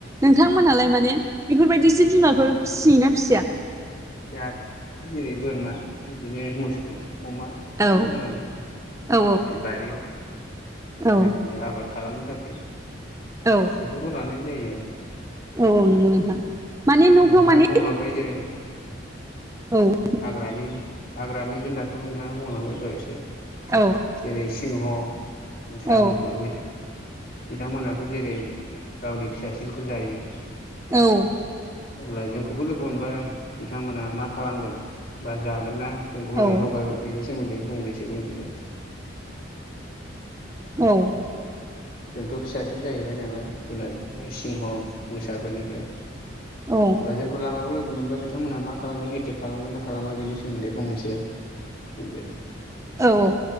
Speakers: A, on the right; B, on the left.
A: नोंथांमोनहालाय माने बेफोरबायदि जिब जुनारफोर फिसियोना फिसिया
B: जोहा जेरै बोरमा बिदिनो मोसौ अमा बे
A: औ
B: दं आरोना
A: औ
B: रै बारियाव बेबायदिनो
A: औ
B: आबाद खालामनो थाखाय
A: औ
B: बेफोरखौ लानाय जायो आरो
A: औ औ नंगौ नोंथां माने न'फ्राव
B: नोंथाङा
A: माने
B: बुंलांबाय जेरै
A: औ
B: हाग्रानि हाग्रानि जुनारखौबो नोंथाङा बुंलांबाय दहाय एसे
A: औ
B: जेरै सिंह मोसा
A: औ
B: मुफुर बिथांमोनाथ' जेरै गावनि फिसासिनखौ जायो
A: औ
B: अब्ला जोंखौबो लोगो मोनबा बिथांमोना मा खालामगोन बा जागोन ना जोंखौ ओरैनो
A: औ
B: हगारगोन बेनि सोमोन्दै फंनैसो बुंगोन दे
A: औ
B: जोंथ' फिसासिन जाहैबाय नालाय जुनारनो सिंह मोसाफोरनिफ्राय
A: औ
B: अब्ला जोंखौ लामायाव लोगो मोनबा बिथांमोना मा खालामगोन एटेक खालामगोन ना खालामगोन बेनि सोमोन्दै फंनैसो बुंदो दे
A: औ